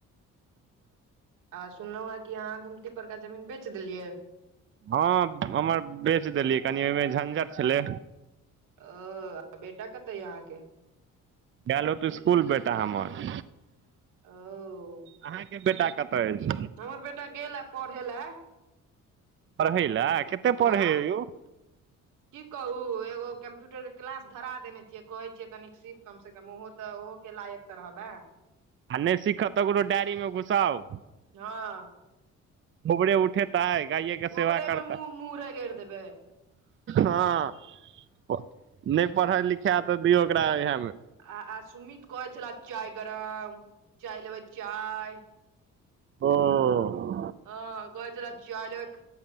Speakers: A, on the right; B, on the right.
A: आ सुनलौं हैं कि अहाँ गुमती परका जमीन बेच देलियै।
B: हँ हमर बेच देलियै कनि ओयमे झंझट छलै।
A: ओ आ बेटा कतऽ ये अहाँके।
B: गेलत इसकुल बेटा हमर।
A: ओ
B: अहाँके बेटा कत अइछ।
A: हमर बेटा गेलए पढ़े लए।
B: पढ़ै लए। कते
A: हँ।
B: पढ़ै यौ
A: की कहू एगो कम्प्यूटरके क्लास धरा देने छियै कहै छियै कनिक सीख कमसँ कम उहो त ओहो के लायक त रहबैं।
B: आ नै सिखत तकरो डायरीमे घुसाउ,
A: हँ
B: गोबरे उठेत तय गायए क
A: गोबरे
B: सेवा करतै।
A: मे मुँह मुँह रगड़ि देबै
B: हँ नै पढ़ै लिखे त दियौ ओकरा इहेमे।
A: आ- आ सुमित कहै छले चाय गरम चाय लेबै चाय। हँ
B: ओ
A: कहै छले चाय लेबै